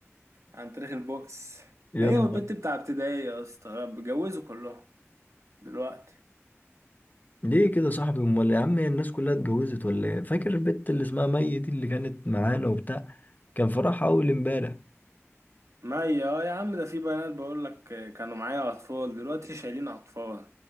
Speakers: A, on the right; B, on the left.
A: عن طريق البؤس
B: يلا
A: هي والبنت بتاع ابتدائي يا اسطى بيتجوزوا كلهم دلوقتي
B: ليه كده يا صاحبي امال يا عم هي الناس كلها اتجوزت ولا ايه فاكر البت اللي اسمها مي دي اللي كانت معانا وبتاع كان فرحها اول امبارح
A: ما هي اه يا عم ده في بنات بقول لك كانوا معايا اطفال دلوقتي شايلين اطفال